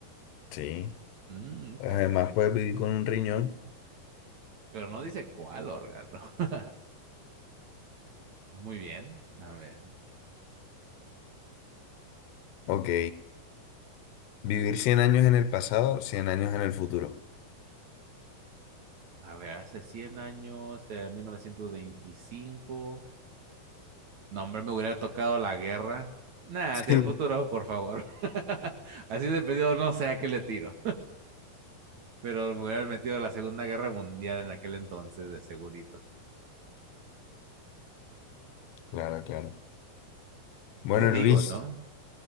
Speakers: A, on the left; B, on the right.
A: Sí.
B: Mm, ok,
A: Además,
B: ok.
A: puedes vivir con un riñón.
B: Pero no dice cuál órgano. <laughs> Muy bien. A ver.
A: Ok. Vivir 100 años en el pasado, 100 años en el futuro. <laughs>
B: A ver, hace 100 años, en 1925. No, hombre, me hubiera tocado la guerra. Nada,
A: Sí.
B: hacia el futuro, por favor. <laughs> Así de pedido, no sé a qué le tiro. Pero me hubieran metido a la Segunda Guerra Mundial en aquel entonces, de segurito.
A: Claro, claro. Bueno,
B: Yo digo,
A: Luis.
B: ¿no?